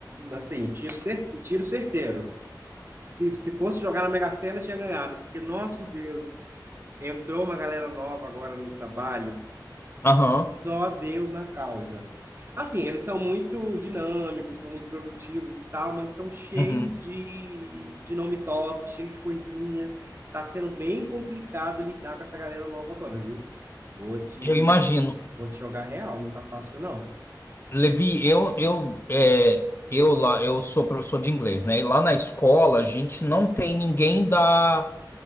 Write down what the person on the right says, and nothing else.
assim, tiro, cer tiro certeiro. Se, se fosse jogar na Mega Sena, tinha ganhado, porque, nosso Deus, entrou uma galera nova agora no trabalho. que
só Deus na causa. Assim, eles são muito dinâmicos, são muito produtivos e tal, mas são cheios
de, de nome toque, cheio de coisinhas. Tá sendo bem complicado lidar com essa galera nova agora, viu? Vou te,
vou te jogar real, não tá fácil, não.